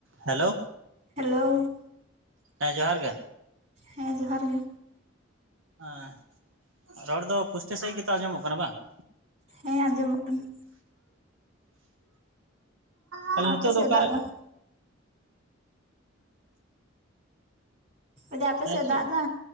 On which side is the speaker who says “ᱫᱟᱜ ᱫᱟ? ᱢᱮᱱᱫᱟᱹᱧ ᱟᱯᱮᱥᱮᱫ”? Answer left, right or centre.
Right